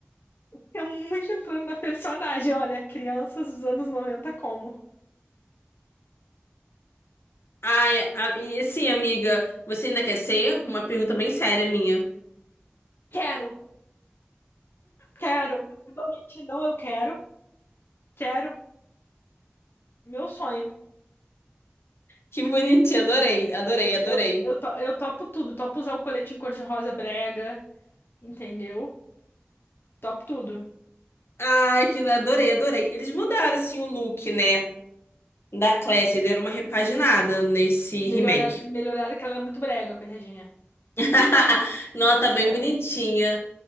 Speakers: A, on the left; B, on the left.
A: Eu muito entrando na personagem. Olha, crianças dos anos noventa, como?
B: Ai, a- e sim, amiga, você ainda quer ser? Uma pergunta bem séria minha.
A: Quero, quero. Não vou mentir, não, eu quero. Quero. Meu sonho.
B: Que bonitinha, adorei, adorei, adorei.
A: Eu, eu, to- eu topo tudo. Topo usar o colete em cor-de-rosa brega, entendeu? Topo tudo.
B: Ai, que adorei, adorei. Eles mudaram assim o look, né? da Classy deram uma repaginada nesse
A: Melhorar,
B: remake.
A: melhorar que ela era muito brega, coitadinha.
B: <laughs> Nossa,
A: Mas tudo
B: tá
A: certo.
B: bem bonitinha.